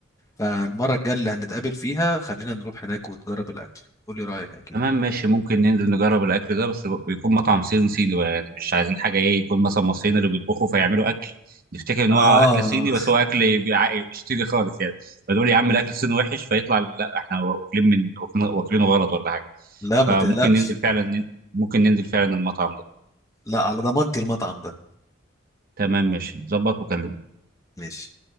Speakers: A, on the left; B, on the right.
A: فالمرة الجاية اللي هنتقابل فيها خلينا نروح هناك وتجرب الأكل قولي رأيك أكيد
B: تمام ماشي ممكن ننزل نجرب الاكل ده بس يكون مطعم صيني صيني بقى يعني مش عايزين حاجه ايه يكون مثلا مصريين اللي بيطبخوا فيعملوا اكل نفتكر ان
A: اه
B: هو اكل صيني بس هو اكل بيع- مش صيني خالص يعني فنقول يا عم الاكل الصيني وحش فيطلع لا احنا واكلين من واكلين- واكلينه غلط ولا حاجه
A: لا ما
B: فممكن
A: تقلقش
B: ننزل فعلا ممكن ننزل فعلا المطعم ده.
A: لا على ضمانتي المطعم ده
B: تمام ماشي ظبط وكلمني
A: ماشي